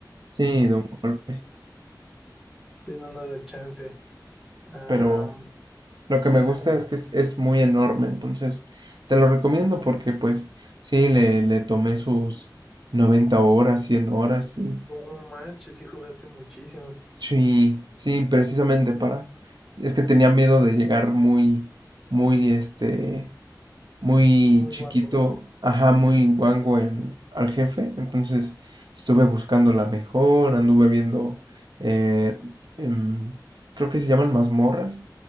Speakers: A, on the right; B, in the centre.
A: Sí, de un golpe.
B: <laughs> Tiene nada de chance. Am,
A: Pero Lo que
B: ajá.
A: me gusta es que es, es muy enorme, entonces te lo recomiendo porque pues sí, le, le tomé sus 90 horas, 100 horas y
B: No manches, sí jugaste muchísimo.
A: sí, sí, precisamente para... Es que tenía miedo de llegar muy, muy, este, muy
B: Muy
A: chiquito,
B: guapo.
A: ajá, muy guango en, al jefe. Entonces estuve buscando la mejor, anduve viendo, eh, em, creo que se llaman mazmorras,